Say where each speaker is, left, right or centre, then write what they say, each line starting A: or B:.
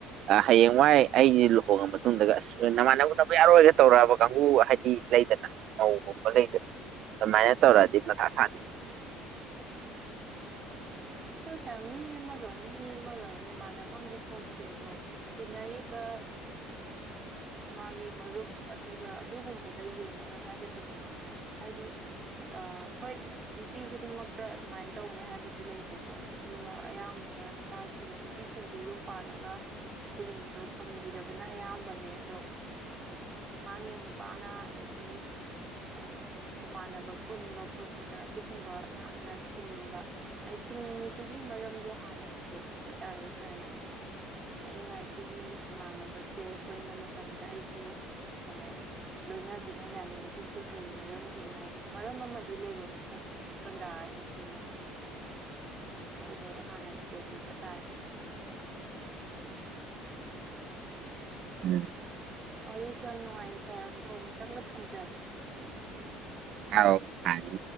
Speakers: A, on the right; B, on the right.
A: ꯑ ꯍꯌꯦꯡ ꯋꯥꯏ ꯑꯩꯖꯦ ꯂꯨꯍꯣꯡꯉ ꯃꯇꯨꯡꯗꯒ ꯑꯁ ꯑ ꯅꯃꯥꯟꯅꯕ ꯎꯟꯅꯕ ꯌꯥꯔꯣꯏꯒ ꯇꯧꯔꯛꯑꯕ ꯀꯥꯡꯒꯨ ꯍꯥꯏꯗꯤ ꯂꯩꯗꯅ ꯃꯧꯒꯨꯝꯕ ꯂꯩꯗꯅ ꯑꯗꯨꯃꯥꯏꯅ ꯇꯧꯔꯛꯑꯗꯤ ꯃꯊꯥ ꯁꯥꯅꯤꯍꯦ
B: ꯑꯗꯨ ꯁꯔ ꯃꯤ ꯑꯃꯒ ꯃꯤ ꯑꯃꯒꯖꯦ ꯃꯥꯟꯅꯕꯝꯗꯤ ꯊꯣꯛꯇꯦ ꯑꯗꯣ ꯇꯤꯟꯅꯔꯤꯕ ꯃꯥꯒꯤ ꯃꯔꯨꯞ ꯑꯗꯨꯒ ꯑꯗꯨꯒꯨꯝꯕꯗ ꯌꯦꯡꯉꯒ ꯍꯥꯏꯒꯗꯕ ꯃꯉꯥꯏꯔꯦ ꯍꯥꯏꯗꯤ ꯑ ꯍꯣꯏ ꯅꯨꯄꯤ ꯈꯨꯗꯤꯡꯃꯛꯇ ꯑꯗꯨꯃꯥꯏꯟ ꯇꯧꯅꯤ ꯍꯥꯏꯕꯗꯤ ꯂꯩꯇꯦ ꯀꯣ ꯑꯗꯨꯒ ꯑꯌꯥꯝꯕꯅ ꯅꯨꯄꯥꯁꯤꯡ ꯅꯨꯄꯤꯁꯤꯡꯗꯤ ꯌꯨꯝ ꯄꯥꯜꯂꯒ ꯑꯗꯨꯒꯨꯝꯕꯗꯣ ꯐꯪꯒꯤꯗꯕꯅ ꯑꯌꯥꯝꯕꯅꯦ ꯑꯗꯣ ꯃꯥꯒꯤ ꯅꯨꯄꯥꯅ ꯑꯗꯒꯤ ꯑ ꯃꯃꯥꯟꯅꯕ ꯄꯨꯟꯕ ꯈꯣꯠꯄꯗ ꯑꯗꯨꯒꯨꯝꯕ ꯌꯥꯝꯅ ꯊꯤꯡꯕ ꯑꯩ ꯊꯤꯡꯉꯤꯗꯨꯒꯤ ꯃꯔꯝꯗꯣ ꯍꯥꯟꯅ ꯊꯤꯗꯣꯛꯄꯤꯕ ꯇꯥꯔꯦ ꯁꯔꯅ ꯑꯩꯅ ꯁꯤꯒꯤ ꯏꯃꯥꯟꯅꯕꯁꯦ ꯄꯨꯟꯕ ꯃꯇꯝꯗ ꯑꯩꯒꯤ ꯑ ꯂꯣꯏꯅꯕꯤꯅ ꯌꯥꯅꯤꯡꯗ꯭ꯔꯤꯁꯦ ꯀꯩ ꯃꯔꯝꯒꯤꯅꯣ ꯃꯔꯝ ꯑꯃꯗꯤ ꯂꯩꯐꯝ ꯊꯣꯛ ꯀꯗ꯭ꯔꯥ ꯍꯥꯏꯅ ꯈꯜꯂꯦ ꯑꯗꯨꯒꯨꯝꯕꯗꯣ ꯍꯥꯟꯅ ꯊꯤꯗꯣꯛꯄꯤꯕ ꯇꯥꯔꯦ
A: ꯎꯝ
B: ꯋꯥꯔꯤꯁꯨ ꯌꯥꯝ ꯅꯨꯡꯉꯥꯏ ꯁꯥꯔ ꯑꯗꯨꯗꯣ ꯑꯃꯨꯛꯇꯪꯒ ꯊꯝꯖꯒꯦ
A: ꯑꯥꯎ ꯐꯅꯤ